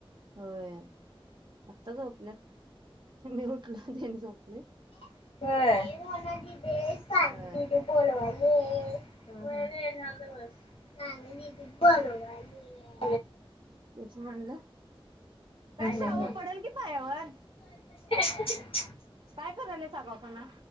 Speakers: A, on the right (about 55°); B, on the left (about 75°).
A: होय आत्ता झोपल्यात मी उठलो तेन झोपले.
B: होय.
A: अ
B: <unintelligible> <unintelligible>
A: तेच म्हणलं का शाहू
B: हम्म
A: पडल की पायावर.
B: अच्छा.
A: काय करायलायस आगावपणा